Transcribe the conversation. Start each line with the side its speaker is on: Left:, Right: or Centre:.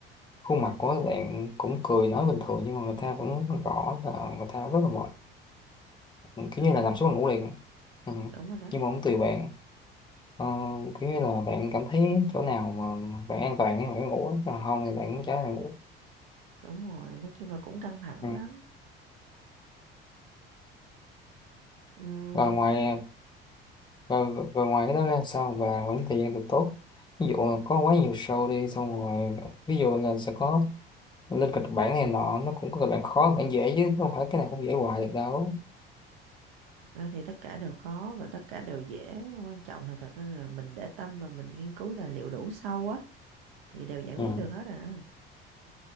Left: khuôn mặt của các bạn cũng cười nói bình thường nhưng mà người ta vẫn rõ là người ta rất là mệt kiểu
Right: đúng
Left: như là nằm
Right: rồi.
Left: xuống là ngủ liền ừ.
Right: đúng rồi đó
Left: nhưng mà cũng tùy bạn Ờ, kiểu như là bạn cảm thấy chỗ nào mà bạn an toàn thì bạn ngủ còn không thì bạn chả là ngủ
Right: đúng rồi nói chung là cũng căng thẳng
Left: ừ.
Right: lắm Ừm,
Left: rồi ngoài rồi, rồi ngoài cái đó ra sao và quản lý thời gian được tốt ví dụ là có quá nhiều show đi xong rồi ví dụ là sẽ có lên kịch bản này nọ nó cũng có kịch bản khó kịch bản dễ chứ không phải cái nào cũng dễ hoài được đâu
Right: thật ra thì tất cả đều khó và tất cả đều dễ quan trọng là thật ra là mình để tâm và mình nghiên cứu tài liệu đủ sâu á thì đều giải
Left: ừ.
Right: quyết được hết à